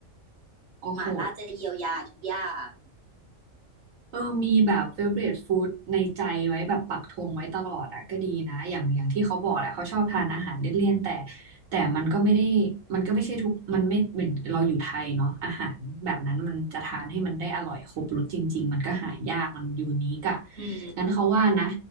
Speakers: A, on the right; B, on the right.
A: โอ้โห
B: หม่าล่าจะเยียวยาทุกอย่าง
A: เออมีแบบ favorite food ในใจไว้แบบปักธงไว้ตลอดอ่ะก็ดีนะอย่างอย่างที่เขาบอกแหละเขาชอบทานอาหารเลี่ยนๆแต่แต่มันก็ไม่ได้ มันก็ไม่ใช่ทุกมันไม่เหมือนเราอยู่ไทยเนาะอาหารแบบนั้นมันจะทานให้มันได้อร่อยครบรสจริงๆมันก็หายากมันยูนิคอะ
B: อืม
A: งั้นเขาว่านะ